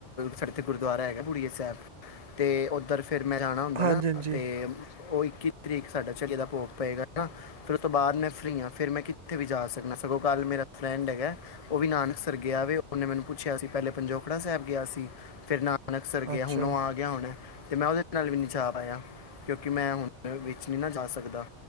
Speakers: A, on the left; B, on the right.
A: ਸਾਡੇ ਇੱਥੇ ਗੁਰਦੁਆਰਾ ਹੈਗਾ ਗੁੜੀਆਂ ਸਾਹਿਬ ਤੇ ਉੱਧਰ ਫ ਫਿਰ ਮੈਂ ਜਾਣਾ ਹੁੰਦਾ
B: ਹਾਂਜੀ
A: ਨਾ,
B: ਹਾਂਜੀ
A: ਅਤੇ ਉਹ, ਇੱਕੀ ਤਰੀਕ ਸਾਡਾ ਝੜੇ ਦਾ ਭੋਗਪਏਗਾ ਹੈ ਨਾ, ਫਿਰ ਉਸ ਤੋਂ ਬਾਅਦ ਮੈਂ ਫ੍ਰੀ ਹਾਂ, ਫਿਰ ਮੈਂ ਕਿੱਥੇ ਵੀ ਜਾ ਸਕਦਾ ਸਗੋਂ ਕੱਲ੍ਹ ਮੇਰਾ ਫਰੈਂਡ ਹੈਗਾ ਉਹ ਵੀ ਨਾਨਕਸਰ ਗਿਆ ਵੇ, ਉਹਨੇ ਮੈਨੂੰ ਪੁੱਛਿਆ ਸੀ ਪਹਿਲੇ ਪੰਜੋਕੜਾ ਸਾਹਿਬ ਗਿਆ ਸੀ‌। ਫਿਰ ਨਾਨਕਸਰ ਗਿਆ
B: ਅੱਛਾ
A: ਹੁਣ, ਉਹ ਆ ਗਿਆ ਹੋਣਾ। ਅਤੇ ਮੈਂ, ਉਹਦੇ ਨਾਲ ਵੀ ਨੀ ਜਾ ਆਾਇਆ ਕਿਉਂਕਿ, ਮੈਂ ਹੁਣ ਵਿੱਚ ਨਹੀਂ ਨਾ ਜਾ ਸਕਦਾ,